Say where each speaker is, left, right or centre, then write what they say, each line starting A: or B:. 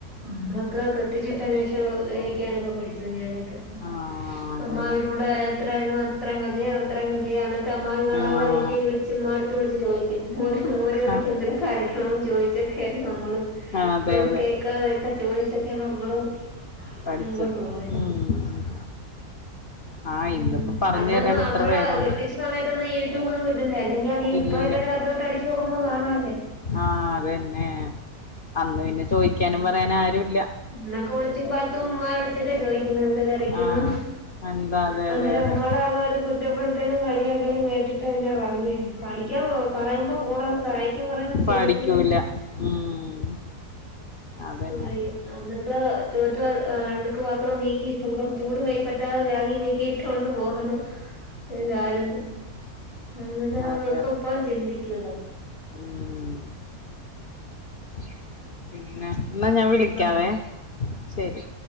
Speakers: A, on the left; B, on the left.
A: നമ്മളൊക്കെ കെട്ടിച്ചിട്ടന് ശേഷം വേവിക്കാനൊക്കെ പടിച്ചു ഞാനൊക്കെ
B: ആഹ് അതന്നെ
A: അമ്മാവിലൂടെ എത്രയരുന്നു അത്രയും മതിയ അത് അത്രയും മതിയ എന്നിട്ട് അന്നാരുംകാണാതെ
B: ആഹ്
A: വീട്ടിൽ വിളച്ച് ഉമ്മാ അടുത്ത് വിളിച്ച് ചോദിക്കും ഓരോർക്ക്
B: ആഹ്
A: എന്തൊ കാര്യക്കോ ചോദിച്ചൊക്കെ ആരുന്നു നമ്മള്
B: ആഹ് അതെ
A: അവര്
B: അതെ
A: കേക്കതെയൊക്കെ ചോയിച്ചക്കെയാണ് നമ്മള്
B: പഠിച്ചത്
A: മുമ്പോട്ട് പോയത്
B: ഉം ആഹ്
A: ഉം
B: ഇന്നിപ്പോ പറഞ്ഞു
A: അന്നൊന്നും
B: തരാൻ
A: നമ്മള്
B: എത്ര പേരാണ്
A: കെട്ടിച്ച സമയത്തൊന്നും യൂട്യൂബ് ഒന്നും ഇല്ലല്ലേ അല്ലെങ്കി അത് ഇപ്പ
B: ഇല്ലില്ല
A: എല്ലാവരും അതിലോട്ട് അടിച്ചുനോ ക്കുമ്പോ കാണാല്ലേ
B: ആഹ് അത് തന്നെ അന്ന് പിന്നെ ചോദിക്കാനും പറയാനും ആരുമില്ല
A: എന്നൊക്കെ ഒളിച്ചും പാത്തും ഉമ്മാ വിളിച്ചൊക്കെ ചോദിക്കുന്ന എന്തരയ്ക്കണം
B: ആഹ് എന്താ അതെ
A: അന്നേരം
B: അതെ അതെ
A: ഉമമ്മയുടെ ഒരു കുറ്റപ്പെടുത്തലും കളിയാക്കലും കേട്ടിട്ട് ധവാം <unintelligible> പ പഠിക്കാൻ പറയുമ്പോ കൂടാ സഹായിക്കാൻ പറയുമ്പോ ചെയ്യത്തില്ല
B: പഠിക്കൂല ഉം അതന്നെ
A: പറയ അത് ചോറ്റ അടുക്ക് പാത്രം നീക്കി ഇച്ചൂ <unintelligible> ചൂട് കൈപ്പറ്റാതെ ബാഗി നീക്കിയിട്ടൊണ്ട് പോകുന്നു ഒരു കാലത്ത് അന്നേരം
B: അതെ
A: നക്കെ ഇപ്പം ചിന്തിക്കൂ ഇതൊക്ക
B: മം പി പിന്നെ എന്നാ ഞാൻ വിളിക്കാവേ
A: ഉം
B: ശരി